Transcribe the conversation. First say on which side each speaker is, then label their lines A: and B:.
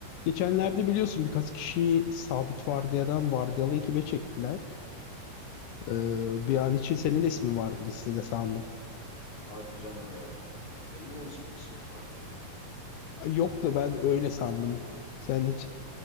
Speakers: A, on the left (about 80°); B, on the left (about 40°).
A: Geçenlerde biliyorsun birkaç kişiyi sabit vardiyadan vardiyalı ekibe çektiler. Ee, bir an için senin de ismin vardı listede sandım.
B: Hadi canım ya. Benim de mi ismi- ismim vardı orada?
A: Ay, Yok da ben öyle sandım. Sen hiç